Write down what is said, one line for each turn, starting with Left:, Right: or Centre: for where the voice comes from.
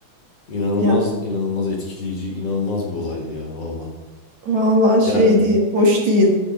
Left: inanılmaz
Right: Ya
Left: inanılmaz etkileyici inanılmaz bir olaydı ya valla.
Right: Vallahi
Left: Yani,
Right: şey değil, hoş değil.